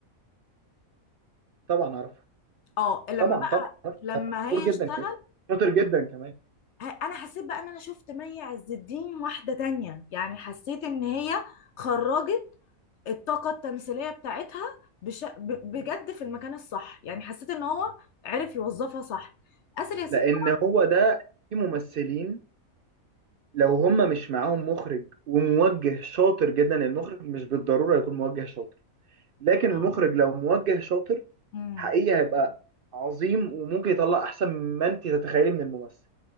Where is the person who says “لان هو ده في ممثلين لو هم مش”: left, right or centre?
Right